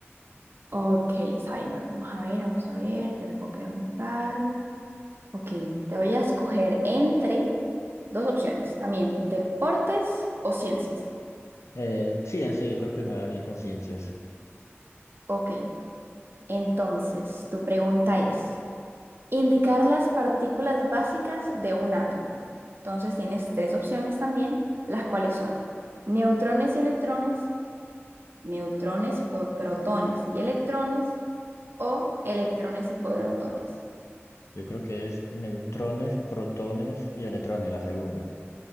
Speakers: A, on the right (about 55°); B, on the left (about 85°).
A: Ok, está bien. Bueno, vamos a ver, vamos a ver. ¿Qué te puedo preguntar? Ok, te voy a escoger entre dos opciones también, deportes o ciencias.
B: Eh, ciencia, yo creo que me das bien con ciencias.
A: Ok, entonces tu pregunta es, indicar las partículas básicas de un átomo. Entonces tienes tres opciones también, las cuales son neutrones y electrones, neutrones, po- protones y electrones o electrones y protones.
B: Yo creo que es neutrones, protones y electrones, la segunda.